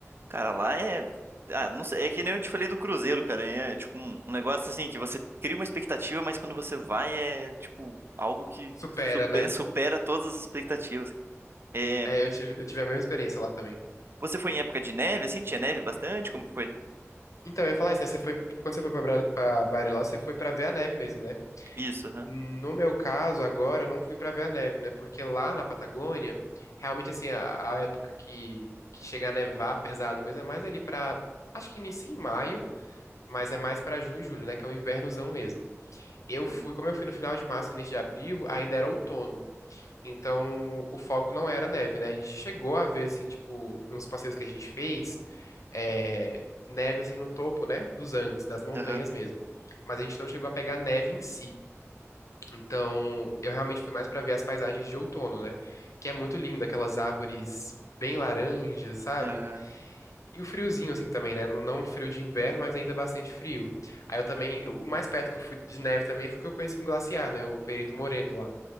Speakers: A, on the right; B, on the left.
A: Cara, lá é. Ah, não sei, é que nem eu te falei do Cruzeiro, cara. É tipo um, um negócio assim que você cria uma expectativa, mas quando você vai é tipo algo que,
B: Supera,
A: que supe-
B: né?
A: supera, todas as expectativas. É,
B: É, eu tive, eu tive a mesma experiência lá também.
A: você foi em época de neve, assim? Tinha neve bastante? Como que foi?
B: Então, eu ia falar isso, né? Você foi, quando você foi pra, Bra- pra Bariloche, você foi pra ver a neve mesmo, né?
A: Isso, aham.
B: No meu caso, agora eu não fui pra ver a neve, né? Porque lá na Patagônia, realmente assim, a, a época que, que chega a nevar pesado mesmo é mais ali pra. acho que inicia em maio, mas é mais pra junho e julho, né? Que é o invernozão mesmo. Eu
A: Uhum.
B: fui, como eu fui no final de março, início de abril, ainda era outono. Então, o foco não era neve, né? A gente chegou a ver assim, tipo, uns passeios que a gente fez, é, neve assim no topo, né? Dos Andes, das montanhas
A: Aham.
B: mesmo. Mas a gente não chegou a pegar neve em si. Então, eu realmente fui mais pra ver as paisagens de outono, né? Que é muito lindo, aquelas árvores bem laranjas, sabe?
A: Aham.
B: E o friozinho, assim, também, né? Não não um frio de inverno, mas ainda bastante frio. Aí eu também, o mais perto que eu fui de neve também foi que eu conheci um glaciar, né? O Perito Moreno lá.